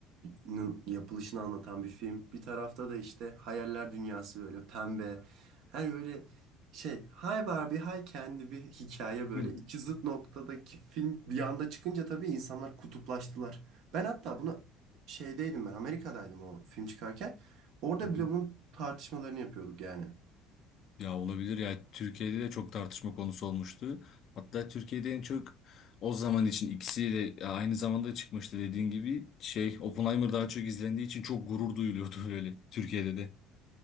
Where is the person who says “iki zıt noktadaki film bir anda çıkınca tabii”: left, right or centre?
Right